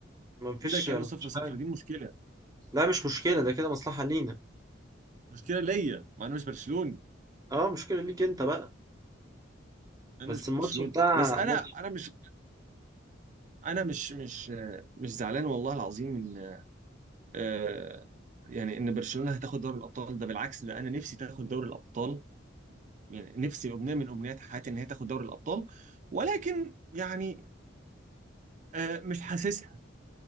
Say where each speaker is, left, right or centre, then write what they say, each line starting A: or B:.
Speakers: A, on the right; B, on the right.
A: ما فيش
B: كده كانه
A: ما
B: 0
A: فيش
B: 0
A: حاجة
B: دي مشكله
A: لا مش مشكلة ده كده مصلحة لينا
B: مشكله ليا ما انا مش برشلوني
A: اه مشكلة ليك أنت بقى
B: انا
A: بس
B: مش
A: الماتش
B: برشلوني
A: بتاع
B: بس انا
A: ماتش
B: انا مش انا مش مش مش زعلان والله العظيم ان آه، يعني ان برشلونه هتاخد دوري الابطال ده بالعكس ده انا نفسي تاخد دوري الابطال يعني نفسي امنيه من امنيات حياتي ان هي تاخد دوري الابطال ولكن يعني آه، مش حاسسها